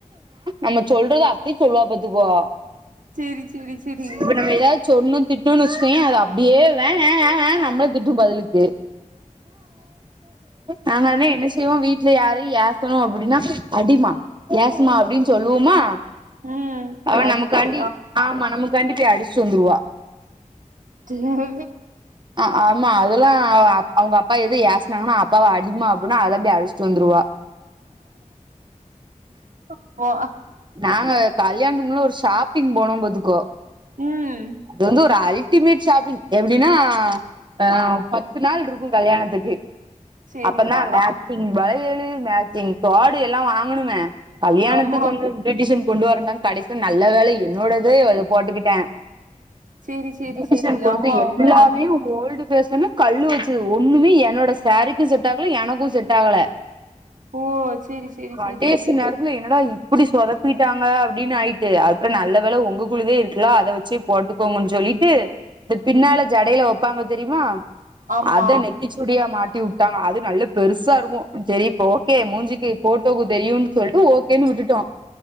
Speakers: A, on the right; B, on the right.
A: நம்ம சொல்றத அப்டியே சொல்லுவா பாத்துக்கோ
B: செரி செரி செரி
A: இப்ப நம்ம எதாவ்து சொன்னு திட்டுன்னு வச்சுக்கோயே அது அப்டியே வே வே வே வே நம்ளியே திட்டு பதில்க்கு நாங் ஒட்னே என்ன செய்வோ வீட் ல யாரையு ஏசணு அப்டின்னா அடிமா ஏசுமா அப்டின்னு சொல்லுவோமா
B: ம்
A: அவ
B: அதுக்கு
A: நமக்காண்டி ஆமா நமக்காண்டி போய் அடிச்ட்டு வந்துருவா
B: ச
A: ஆ ஆமா அதெல்லா அவுங்க அப்பா எது ஏசுனாங்ன்னா அப்பாவ அடிமா அப்டின்னா அத அப்டி அடிச்ட்டு வந்துருவா
B: அப்போ
A: நாங்க கல்யாணத்துக்கு முன்ன ஒரு ஷாப்பிங் போனோபாதுக்கோ
B: உம்
A: அது வந்து ஒரு அல்டிமேட் ஷாப்பிங் எப்டின்னா ஹ பத்து நாள் இருக்கு கல்யாணத்துக்கு
B: சேரிக்கா
A: அப்ப தான் மே சிங் வலையழு மேச்சிங் தோடு எல்லா வாங்கணுமே கல்யாணத்துக்கு
B: ஆமா
A: வந்து பெட்டிஷன் கொண்டு வரந்தாங்க கடைசி நல்ல வேலை என்னோட இதே எதோ போட்டுக்கிட்டே
B: சேரி சேரி
A: <unintelligible>
B: சேரி ஆமா அவங்க
A: எல்லாமே
B: நம்
A: ஓல்டு பேஷனு கல்லு வச்சது ஒண்ணுமே என்னோட சாரீக்கும் செட் ஆகல எனக்கு செட் ஆகல
B: ஓ சேரி சேரி
A: கடேசிநாள்
B: சேரி
A: இல்ல என்னடா இப்டி சொதப்பிட்டாங்க அப்டின்னு ஆயிட்டு அப்றோ நல்ல வேல உங்க குழுவே இருக்குல்ல அத வச்சே போட்டுக்கோங்கன்னு சொல்லிட்டு இத பின்னால ஜடையில வெப்பாங்க தெரிமா
B: ஆமா
A: அத நெத் திச்சூடியா மாட்டி வுட்டாங்க அது நல்லா பெருசா இருக்கு செரி இப்போ ஓகே மூஞ்சிக்கு போட்டோக்கு தெரியும்னு சொல்லிட்டு ஓகேன்னு வுட்டுட்டோ